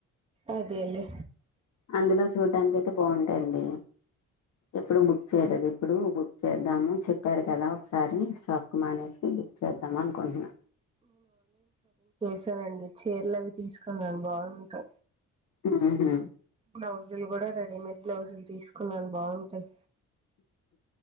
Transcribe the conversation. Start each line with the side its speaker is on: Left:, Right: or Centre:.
Right: అదేలే
Left: అందులో చూడడానినికి అయితే బాగుంటాయిండి ఎప్పుడు బుక్ చేయలేదు ఇప్పుడు బుక్ చేద్దాము చెప్పారు కదా ఒకసారి స్టాప్ కు మానేసి బుక్ చేద్దాం అనుకుంటున్నా
Right: అసరండి చీరలు అవి తీసుకున్నా బాగుంటా
Left: హహ
Right: బ్లౌజులు కూడా రెడీమేడ్ బ్లౌజులు తీసుకున్నాను బాగుంటాయి